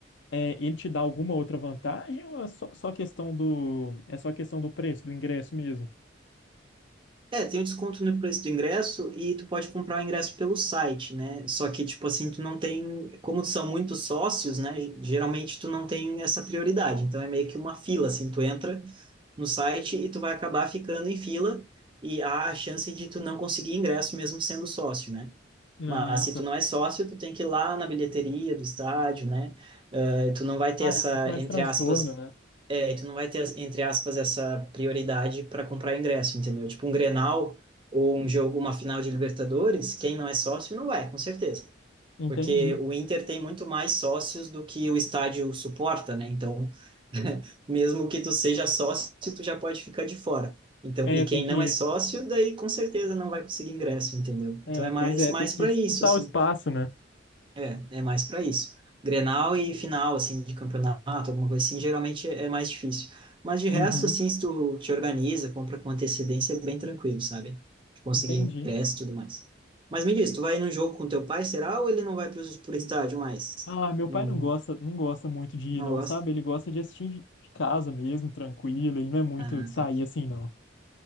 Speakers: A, on the left; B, on the right.
A: é, ele te dá alguma outra vantagem ou é só, só questão do, é só questão do preço do ingresso mesmo?
B: É, tem um desconto no preço do ingresso e tu pode comprar o ingresso pelo site, né? Só que, tipo assim, tu não tem, como são muitos sócios, né? Geralmente tu não tem essa prioridade. Então é meio que uma fila, assim, tu entra no site e tu vai acabar ficando em fila e há a chance de tu não conseguir ingresso mesmo sendo sócio, né?
A: Ah,
B: Mas se
A: tá.
B: tu não é sócio, tu tem que ir lá na bilheteria do estádio, né? Eh, tu não vai ter
A: Ah,
B: essa,
A: é muito mais
B: entre
A: transtorno,
B: aspas,
A: né?
B: é, e tu não vai ter, entre aspas, essa prioridade para comprar ingresso, entendeu? Tipo um Grenal ou um jogo, uma final de Libertadores, quem não é sócio não vai, com certeza.
A: Entendi.
B: Porque o Inter tem muito mais sócios do que o estádio suporta, né? Então, <laughs> mesmo que tu seja sócio, tu já pode ficar de fora. Então,
A: É,
B: e quem
A: tem que,
B: não é sócio, daí com certeza não vai conseguir ingresso, entendeu?
A: é,
B: Então é mais
A: pois é,
B: mais
A: tem que
B: para
A: disputar
B: isso, assim.
A: o espaço, né?
B: É, é mais para isso. Grenal e final, assim, de campeonato, alguma coisa assim, geralmente é mais difícil. Mas de resto,
A: Uhum,
B: assim, se tu te organiza, compra com antecedência, é bem tranquilo, sabe? De conseguir
A: entendi.
B: ingresso e tudo mais. Mas me diz, tu vai num jogo com teu pai, será? Ou ele não vai pros, pro estádio mais?
A: Ah, meu
B: Não,
A: pai não gosta, não gosta muito de ir,
B: não
A: não,
B: gosta?
A: sabe? Ele gosta de assistir de de casa mesmo, tranquilo. Ele não é muito
B: Ah,
A: de sair
B: tá.
A: assim, não.